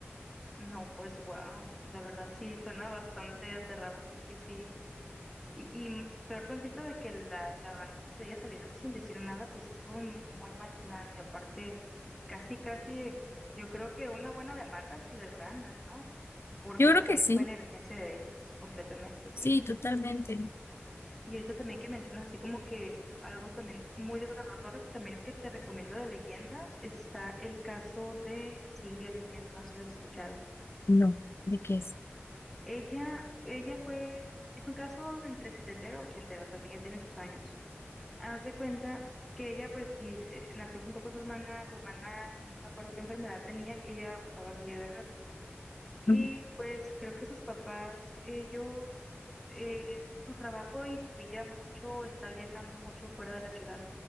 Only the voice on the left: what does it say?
Yo creo
que sí,
sí, totalmente.
No, ¿de qué es?
Ujú,